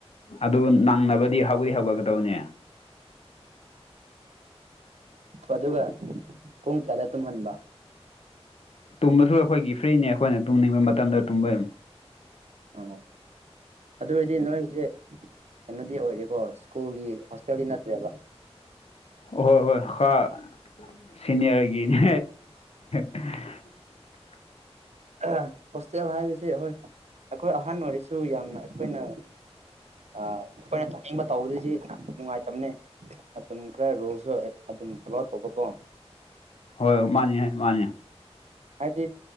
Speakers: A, on the left; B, on the right.
A: ꯑꯗꯨ ꯅꯪꯅꯕꯗꯤ ꯍꯧꯋꯤ ꯍꯧꯒꯠꯒꯗꯧꯅꯦ
B: ꯑꯗꯨꯒ ꯄꯨꯡ ꯀꯌꯥꯗ ꯇꯨꯝꯍꯟꯕ
A: ꯇꯨꯝꯕꯁꯨ ꯑꯩꯈꯣꯏꯒꯤ ꯐ꯭ꯔꯤꯅꯦ ꯑꯩꯈꯣꯏꯅ ꯇꯨꯝꯅꯤꯡꯕ ꯃꯇꯝꯗ ꯇꯨꯝꯕ
B: ꯑꯣ ꯑꯗꯨ ꯑꯣꯏꯔꯗꯤ ꯅꯣꯏꯁꯦ꯫ ꯀꯩꯅꯣꯗꯤ ꯑꯣꯏꯔꯦꯀꯣ ꯁ꯭ꯀꯨꯜꯒꯤ ꯍꯣꯁꯇꯦꯜꯗꯤ ꯅꯠꯇ꯭ꯔꯦꯕ
A: ꯑꯍꯣꯏ ꯍꯣꯏ ꯈꯔ ꯁꯤꯅꯤꯌꯥꯔꯒꯤꯅꯦ ꯎ
B: ꯑ ꯍꯣꯁꯇꯦꯜ ꯍꯥꯏꯕꯕꯁꯤꯦ ꯍꯣꯏ ꯑꯩꯈꯣꯏ ꯑꯍꯟ ꯑꯣꯏꯔꯤꯁꯨ ꯌꯥꯝꯅ ꯑꯩꯈꯣꯏꯅ ꯑꯩꯈꯣꯏꯅ ꯇꯧꯅꯤꯡꯕ ꯇꯧꯕꯗꯤ ꯅꯨꯡꯉꯥꯏꯇꯕꯅꯦ ꯑꯗꯨꯝ ꯈꯔ ꯔꯨꯜꯁꯨ ꯑꯗꯨꯝ ꯐꯣꯂꯣ ꯇꯧꯕꯀꯣ
A: ꯍꯣꯏ ꯍꯣꯏ ꯃꯥꯅꯤ ꯃꯥꯅꯤ
B: ꯍꯥꯏꯕꯗꯤ